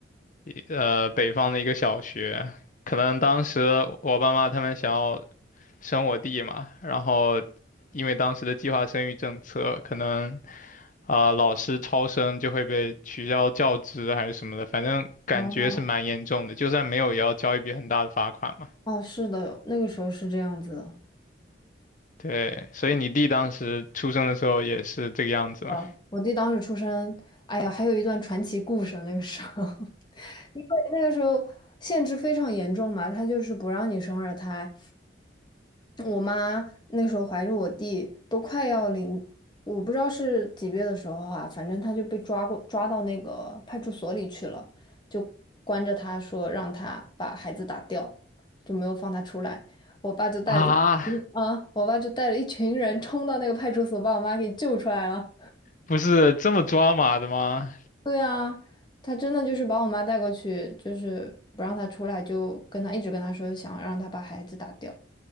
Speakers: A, on the left; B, on the left.
A: 一呃北方的一个小学，可能当时我爸妈他们想要生我弟嘛，然后因为当时的计划生育政策，可能啊、老师超生就会被取消教职还是什么的，反正感觉是蛮严重的，
B: 哦
A: 就算没有也要交一笔很大的罚款嘛。
B: 哦，是的，那个时候是这样子的。
A: 对，所以你弟当时出生的时候也是这个样子吗？
B: 是吧我弟当时出生，哎呀，还有一段传奇故事。那个时候，<laughs> 因为那个时候限制非常严重嘛，他就是不让你生二胎。我妈那时候怀着我弟，都快要临，我不知道是几月的时候啊，反正他就被抓过，抓到那个派出所里去了，就关着他说让他把孩子打掉，就没有放他出来。我爸就带了一群啊，
A: 啊，
B: 我爸就带了一群人冲到那个派出所，把我妈给救出来了。
A: 不是这么抓马的吗？
B: 对啊，他真的就是把我妈带过去，就是不让她出来，就跟她一直跟她说，想让她把孩子打掉。